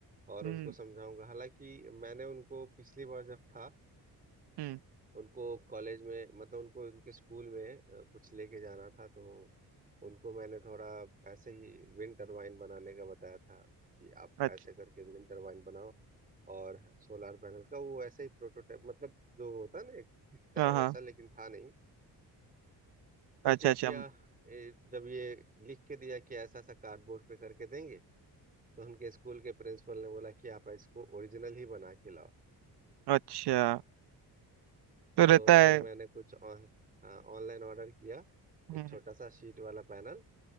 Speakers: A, on the right; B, on the right.
A: और
B: हम्म
A: उनको समझाऊंगा हालांकि मैंने उनको पिछली बार जब था
B: हम्म
A: उनको कॉलेज में मतलब उनको उनके स्कूल में अ, कुछ लेके जाना था तो उनको मैंने थोड़ा ऐसे ही विंड टरबाइन बनाने का बताया था कि आप
B: अच्छा
A: ऐसे करके विंड टरबाइन बनाओ और सोलार पैनल का वो ऐसे ही प्रोटोटाइप मतलब जो होता है ना एक दिखता
B: हाँ
A: है वैसा
B: हाँ
A: लेकिन था नहीं तो
B: अच्छा
A: क्या
B: अच्छा
A: किया ए, जब ये लिख के दिया कि ऐसा ऐसा कार्डबोर्ड पे करके देंगे तो उनके स्कूल के प्रिंसिपल ने बोला कि आप इसको ओरिजिनल ही बना के लाओ
B: अच्छा
A: तो
B: तो रहता
A: फिर
B: है
A: मैंने कुछ ऑन हाँ, ऑनलाइन ऑर्डर किया
B: हम्म
A: एक
B: हम्म,
A: छोटा सा शीट वाला पैनल